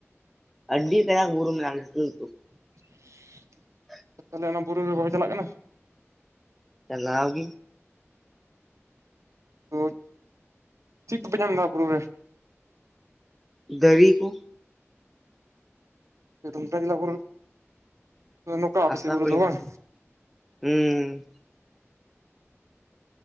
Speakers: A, in the centre; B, on the right.
A: ᱟᱹᱰᱤ ᱥᱮᱸᱬᱟ ᱵᱩᱨᱩ ᱢᱮᱱᱟᱜ-ᱟ ᱞᱟᱴᱩ ᱞᱟᱴᱩ
B: <unintelligible>
A: <unintelligible>
B: ᱛᱟᱦᱚᱞᱮ ᱚᱱᱟ ᱵᱩᱨᱩ ᱨᱮ ᱵᱟᱠᱚ ᱪᱟᱞᱟᱜ ᱠᱟᱱᱟ?
A: ᱪᱟᱞᱟᱣ ᱜᱤ,
B: ᱛᱚ ᱪᱮᱫ ᱠᱚᱯᱮ ᱧᱟᱢ ᱫᱟ ᱵᱩᱨᱩ ᱨᱮ?
A: ᱫᱟᱨᱤ ᱠᱩ᱾
B: ᱥᱮ <inaudible> ᱡᱮᱞᱟ ᱵᱩᱨᱩ, ᱱᱚᱝᱠᱟ
A: ᱦᱟᱥᱟ
B: ᱟᱯᱮ ᱥᱮᱫ ᱵᱩᱨᱩ
A: ᱦᱩᱭᱱᱟ
B: ᱫᱚ ᱵᱟᱝ
A: ᱦᱩᱸ,